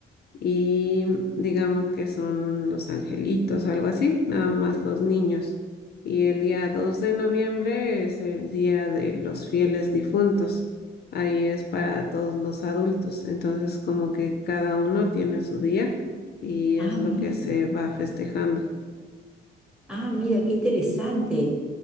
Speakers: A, on the left; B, in the centre.
A: y digamos que son los angelitos o algo así, nada más los niños. Y el día 2 de noviembre es el día de los fieles difuntos. Ahí es para todos los adultos. Entonces, como que cada uno tiene su día y es
B: Ah,
A: lo
B: mira,
A: que se va festejando.
B: ah, mira, qué interesante.